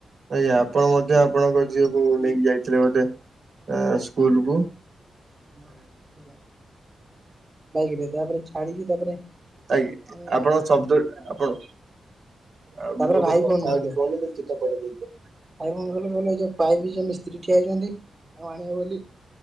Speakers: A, on the right; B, on the right.
A: ଆଜ୍ଞା ଆପଣ ମଧ୍ୟ ଆପଣଙ୍କ ଝିଅକୁ ନେଇକି ଯାଇଥିଲେ ବୋଧେ। ସ୍କୁଲକୁୁ।
B: ହଁ ଆଞା ବାଇକି ରେ ତାପରେ ଛାଡିକି ତାପରେ
A: ଆଜ୍ଞା
B: ପୁଣି
A: ଆପଣ ଙ୍କ ଶବ୍ଦ ଆପଣ ଆଉ
B: ତାପରେ
A: ମୁଁ ଟିକେ
B: ଭାଇ
A: କଥା
B: ଫୋନ
A: ହଉଛି
B: କଲେ
A: ଫୋନରେ କିଠ ପଢେଇ ଦେଇ
B: ଭାଇ ମ କଣ କହିଲି କହିଲ ଯଉ ପାଇବ ଜ ମି ସ୍ତ୍ରୀ ଠିଆ ହେଛନ୍ତି ତାଙ୍କୁ ଆଣିବ ବୋଲି